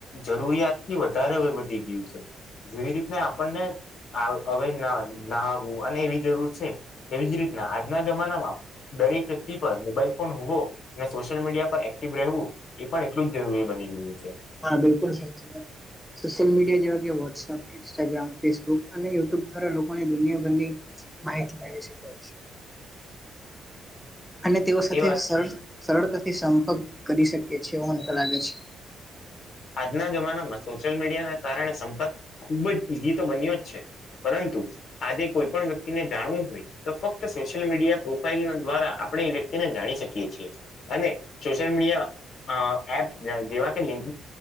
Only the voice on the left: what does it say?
જરૂરિયાત થી વધારે વધી ગયું. જેવી રીતને આપણને આ અવે ના નાહાવું અને એવી જરૂર છે, એવીજ રી ના આજના જમાનામાં દરેક વ્યક્તિ પર મોબાઈલ ફોન હોવો અને સોશિયલ મીડિયા પર એક્ટિવ રહેવું એ પણ એટલું જ જરૂરી બની ગયું છે.
એ વાત
આજના જમાનામાં સોશિયલ મીડિયાના કારણે સંપર્ક ખુબ જ ઈઝી તો બન્યો જ છે પરંતુ આજેય કોઈપણ વ્યક્તિને જાણવું હોય તો ફક્ત સોશિયલ મીડિયા પ્રોફાઈલ દ્વારા આપણે એને તેને જાણી શકીએ છીએ અને સોશિયલ મીડિયા એપ જેવા કે લિંક